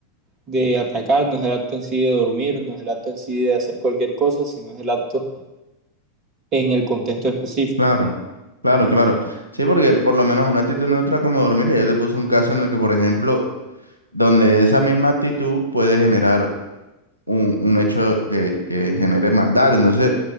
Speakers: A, on the right; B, on the right.
A: de atacarnos es el acto en sí de dormir, no es el acto en sí de hacer cualquier cosa, sino es el acto en el contexto específico.
B: Claro, claro, claro. Sí, porque por lo menos una actitud neutra como dormir, ya yo te puse un caso en el que, por ejemplo, donde esa misma actitud puede generar un, un hecho que, que genere maldad. Entonces,